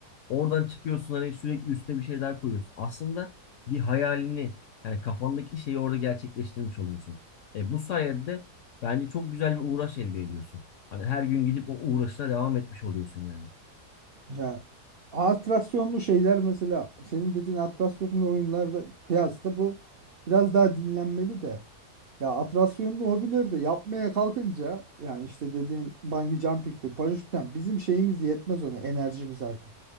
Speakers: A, on the left; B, on the right.
A: Oradan çıkıyorsun hani sürekli üstüne bir şey daha koyuyorsun. Aslında bir hayalini yani kafandaki şeyi orada gerçekleştirmiş oluyorsun. E bu sayede de bence çok güzel bir uğraş elde ediyorsun. Hani her gün gidip o uğraşına devam etmiş oluyorsun yani.
B: Ya atraksiyonlu şeyler mesela senin dediğin atraksiyonlu oyunlarda kıyasla bu biraz daha dinlenmeli de. Ya atraksiyonlu hobileri de yapmaya kalkınca yani işte dediğin bungee jumping'tir, paraşütten bizim şeyimiz yetmez ona enerjimiz artık.